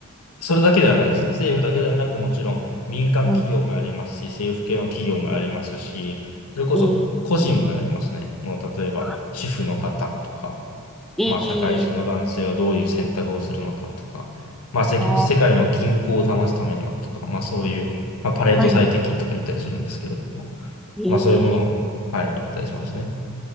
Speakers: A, on the left; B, in the centre.
A: それだけではないですね。政府だけではなく、もちろん民間企業もやりますし、
B: うん、
A: 政府系の企業もやりますし、それこそ個人もやりますね。
B: えー
A: もう例えば主婦の方とか、
B: あ、いい
A: まあ社会人の男性がどういう選択をするのかとか、まあせ世界の均衡を保つためにはとか、
B: な。
A: まあそういう、まあ、パレート最適とか言ったりするんですけれども、
B: はい。え
A: まあそういうものを、はい、やったりしますね。